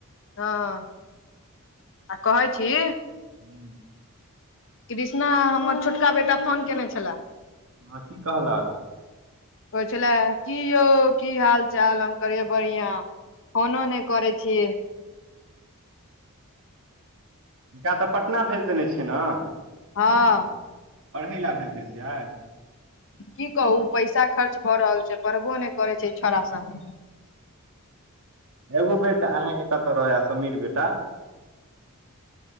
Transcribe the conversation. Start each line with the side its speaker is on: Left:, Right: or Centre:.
Left: हँ आ कहै छी
Right: हू
Left: कृष्णा हमर छोटका बेटा फोन कयने छले
Right: हँ की कहलक
Left: कहै छले की यौ की हाल चाल हम करिये बढ़िया फनो नहि करै छी
Right: हनकरा तऽ पटना भेज देने छियै ने
Left: हँ
Right: पढ़ै ल भेजने छियै
Left: की कहू पैसा खर्च भऽ रहल छै पढ़बो नहि करै छै छौड़ सब
Right: एगो बेटा आहा के कतहु रहैय समीर बेटा